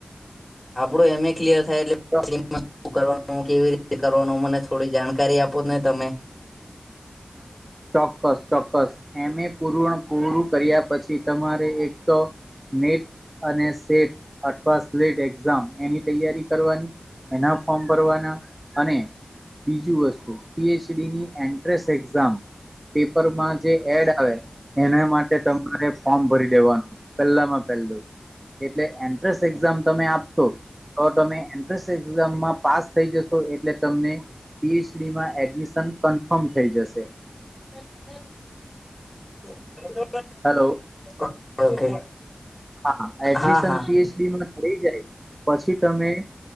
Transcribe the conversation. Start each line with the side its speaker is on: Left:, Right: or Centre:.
Left: આપડું એમએ ક્લિયર થાય એટલે
Right: તો
Left: <inaudible> શું કરવાનું, કેવી રીતે કરવાનું, મને થોડી જાણકારી આપોને તમે.
Right: ચોક્કસ ચોક્કસ. એમએ પૂરણ પૂરું કર્યા પછી તમારે એક તો નેટ અને સેટ અથવા સ્લેટ એક્ઝામ એની તૈયારી કરવાની, એના ફોર્મ ભરવાના અને બીજું વસ્તુ પીએચડીની એન્ટ્રન્સ એક્ઝામ. પેપરમાં જે એડ આવે એના માટે તમારે ફોર્મ ભરી દેવાનું પહેલામાં પહેલું. એટલે એન્ટ્રન્સ એક્ઝામ તમે આપશો તો તમે એન્ટ્રન્સ એક્ઝામમાં પાસ થઈ જશો એટલે તમને પીએચડીમાં એડમિશન કન્ફોર્મ થઈ જશે.
Left: તો મતલબ <inaudible>
Right: હલો
Left: ઓ ઓકે
Right: હા એડમિશન
Left: હા હા
Right: ફીસ થઈ જાય પછી તમે